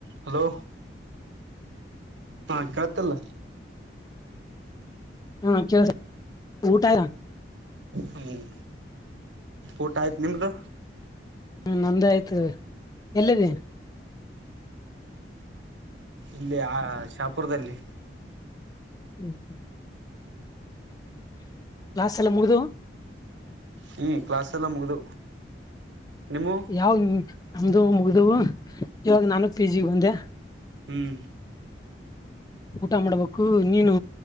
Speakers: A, on the right; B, on the left.
A: Hello ಹಾ ಕಳ್ತಿಲ್ಲ
B: ಹಾ ಕೇಳ ಊಟಯಾ
A: ಹ್ಮ್ ಊಟ ಆಯ್ತು ನಿಮ್ದು
B: ಹ್ಮ ನಂದ ಆಯ್ತು ಎಲ್ಲಿದ್ದೀ
A: ಇಲ್ಲಿ ಆ ಶಾಪುರದಲ್ಲಿ
B: ಹ್ಮ್ ಕ್ಲಾಸ್ ಎಲ್ಲ ಮುಗಿದ
A: ಹ್ಞ ಕ್ಲಾಸ್ೆಲ್ಲ ಮುಗಿದ ನಿಮ್ಮ
B: ಯಾವ ನಮ್ದ ಮುಗ್ದ ಇವಾಗ ನಾನು ಪಿ ಜಿ ಒಂದೆ
A: ಹ್ಮ್
B: ಊಟ ಮಾಡ್ಬೇಕು ನೀನು